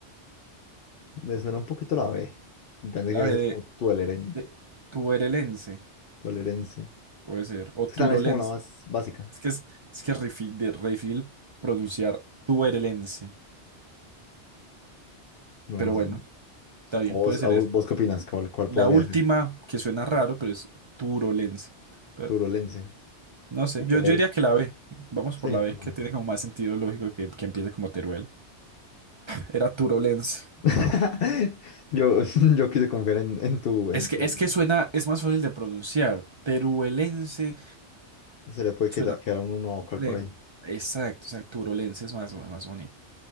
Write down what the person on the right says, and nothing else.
La
B
de,
de tuerelense,
puede ser, o
turolense.
Es que es, es que es re difícil de- re difícil pronunciar tuerelense,
pero
bueno, está bien,
puede
ser
eso.
La
última,
que suena raro, pero es turolense. Pero,
no
sé,
yo, yo diría que la B. Vamos
por la B,
que tiene como más sentido lógico que, que empiece como Teruel. Era turolense.
No.
Es que,
es que suena, es más fácil de pronunciar. Teruelense
suena
complejo.
Exacto, exacto. Turolense es más, más bonito.